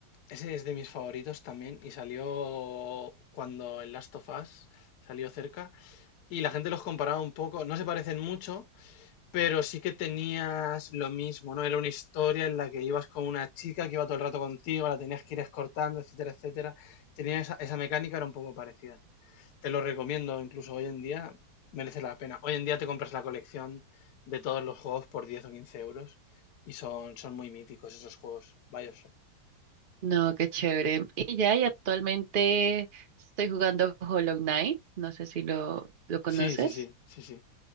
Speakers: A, on the left; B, on the right.
A: Ese es de mis favoritos también y salió cuando el Last of Us salió cerca y la gente los comparaba un poco, no se parecen mucho, pero sí que tenías lo mismo, ¿no? Era una historia en la que ibas con una chica que iba todo el rato contigo, la tenías que ir escortando, etcétera, etcétera. Tenía esa, esa mecánica, era un poco parecida. Te lo recomiendo, incluso hoy en día merece la pena. Hoy en día te compras la colección de todos los juegos por 10 o 15 euros y son, son muy míticos esos juegos. Bioshock.
B: No, qué chévere. Y ya, y actualmente estoy jugando Hollow Knight, no sé si lo, lo conoces.
A: Sí, sí, sí, sí, sí.